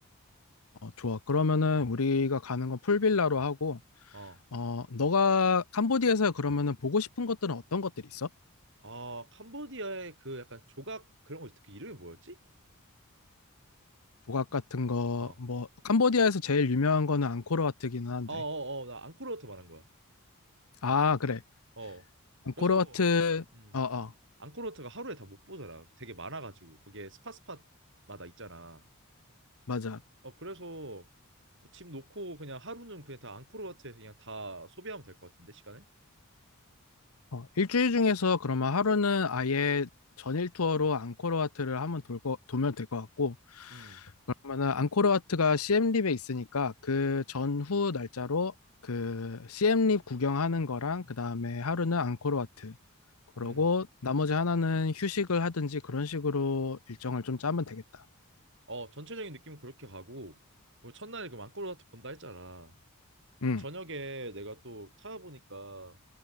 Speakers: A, on the left; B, on the right.
A: 어, 좋아. 그러면은 우리가 가는 건 풀빌라로 하고,
B: 어.
A: 어, 너가 캄보디아에서 그러면은 보고 싶은 것들은 어떤 것들이 있어?
B: 아, 캄보디아의 그 약간 조각 그런 거 있, 그 이름이 뭐였지?
A: 조각 같은 거,
B: 어.
A: 뭐, 캄보디아에서 제일 유명한 거는 앙코르와트긴 한데.
B: 어어어 나 앙코르워트 말한 거야.
A: 아, 그래.
B: 어
A: 앙코르
B: 그래서
A: 와트,
B: 음
A: 어, 어,
B: 앙코르워트가 하루에 다 못 보잖아. 되게 많아가지고 그게 스팟 스팟마다 있잖아.
A: 맞아.
B: 어 그래서 집 놓고 그냥 하루는 그냥 다 앙코르워트에서 그냥 다 소비하면 될 것 같은데 시간을.
A: 어, 일주일 중에서 그러면 하루는 아예 전일 투어로 앙코르 와트를 한번 돌고, 돌면 될 것 같고,
B: 음
A: 그러면은 앙코르 와트가 c 엠립에 있으니까 그 전후 날짜로 그 시엠립 구경하는 거랑 그 다음에 하루는 앙코르 와트. 그러고
B: 음.
A: 나머지 하나는 휴식을 하든지 그런 식으로 일정을 좀 짜면 되겠다.
B: 어 전체적인 느낌은 그렇게 가고 뭐 첫날에 그 앙코르워트 본다 했잖아.
A: 응,
B: 뭐 저녁에 내가 또 찾아보니까